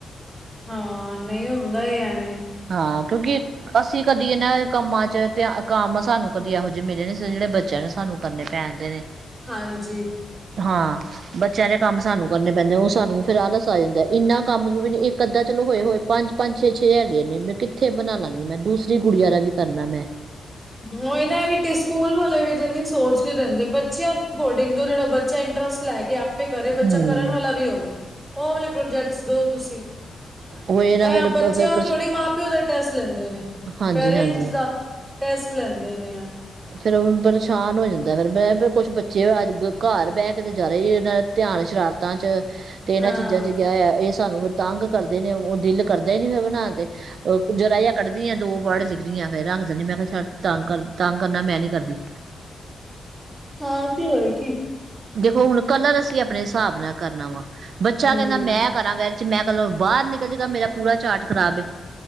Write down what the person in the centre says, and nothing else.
ਹਾਂ ਨਹੀਂ ਹੁੰਦਾ ਐਵੇਂ
ਹਾਂਜੀ।
ਹ ਇਹਨਾਂ ਵੀ ਸਕੂਲ ਵਾਲੇ ਵੀ ਤਾਂ ਨਹੀਂੀ ਸੋਚ ਕੇ ਦਿੰਦੇ ਬੱਚਿਆਂ ਅਕੋਰਡਿੰਗ ਟੂ ਜਿਹੜਾ ਬੱਚਾ ਇੰਟਰਸਟ ਲੈ ਕੇ <unintelligible> ਕਰੇ ਬੱਚਾ
ਕਰਨ ਵਾਲਾ ਵੀ ਹੋਵੇ ਉਹ ਵਾਲੇ ਪ੍ਰੋਜੈਕਟ ਦੋ ਤੁਸੀਂ
ਐਂ ਬੱਚਿਆਂ
ਹੁਣ ਥੋੜ੍ਹੀ ਮਾਂ ਪਿਓ ਦਾ ਪੈਸ ਲੈਂਦੇ
ਪੇਰੈਂਟਸ
ਦਾ ਟੈਸਟ ਲੈਂਦੇ ਨੇ ਆ
ਹਾਂ।
ਹਾਂ ਤੇ ਹੋ ਕੀ
ਹੂੰ